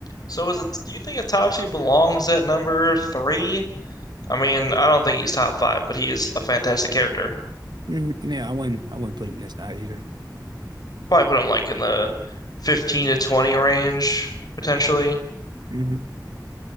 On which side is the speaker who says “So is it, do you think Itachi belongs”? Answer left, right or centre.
Left